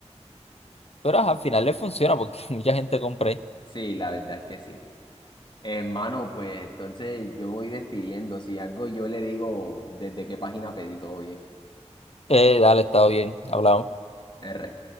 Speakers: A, on the left; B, on the left.
A: Pero ajá, al final le funciona porque <laughs> mucha gente compré.
B: Sí, la verdad es que sí. Hermano, pues entonces yo me voy despidiendo. Si algo yo le digo desde qué página pedí todo bien.
A: Eh, dale, está bien, hablamos.
B: R.